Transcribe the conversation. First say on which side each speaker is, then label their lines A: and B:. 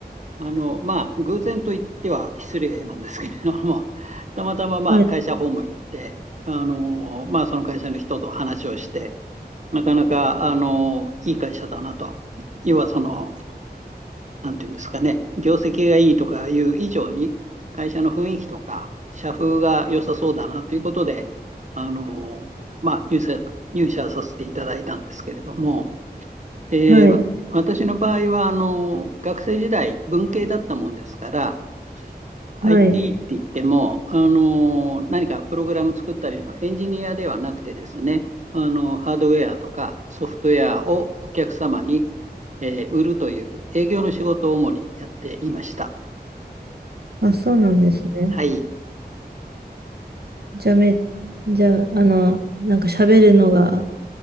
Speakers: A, on the right; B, on the right.
A: あの、まあ、偶然と言っては失礼なんですけれども、たまたま、まあ、
B: はい。
A: 会社訪問行って、あの、まあ、その会社の人と話をして、なかなか、あの、いい会社だなと。要はその、なんていうんですかね、業績がいいとかいう以上に、会社の雰囲気とか、社風が良さそうだなということで、あの、まあ、入社、入社させていただいたんですけれども、で、
B: はい。
A: わ私の場合は、あの、学生時代、文系だったもんですから、IT
B: はい。
A: って言っても、あのー何かプログラム作ったりのエンジニアではなくてですね、あのハードウェアとかソフトウェアをお客様に、えー売るという営業の仕事を主にやっていました。
B: あ、そうなんですね。
A: はい。
B: じゃあめ、じゃあ、あの、なんか喋るのが